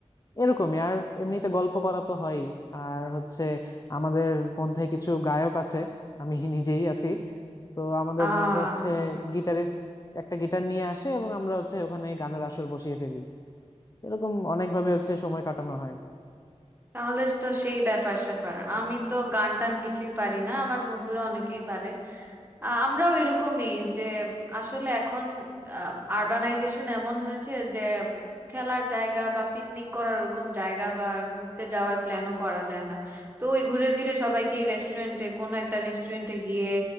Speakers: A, on the left (about 30°); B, on the right (about 15°).
A: এরকমই আর এমনিতে গল্প করা তো হয়ই আর হচ্ছে আমাদের মধ্যে কিছু গায়ক আছে আমি নিজেই আছি তো আমাদের
B: আহ
A: মধ্যে হচ্ছে গিটারিস্ট একটা গিটার নিয়ে আসে এবং আমরা হচ্ছে ওখানে গানের আসর বসিয়ে ফেলি এরকম অনেকভাবে হচ্ছে সময় কাটানো হয়
B: তাহলে তো সেই ব্যাপার স্যাপার আমি তো গান টান কিছুই পারি না আমার বন্ধুরা অনেকেই পারে আ- আমরাও এরকমই যে আসলে এখন আরবানাইজেশন এমন হয়েছে যে খেলার জায়গা বা পিকনিক করার ওরকম জায়গা বা ঘুরতে যাওয়ার প্ল্যানও করা যায় না তো ওই ঘুরে ফিরে সবাইকে রেস্টুরেন্টে কোনো একটা রেস্টুরেন্টে গিয়ে